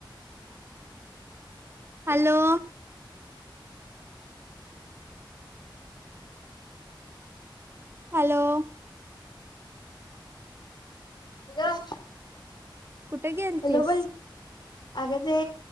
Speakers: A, on the right; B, on the left.
A: हॅलो. हॅलो.
B: हॅलो.
A: कुठे गेलतीस?
B: हॅलो बोल अगं ते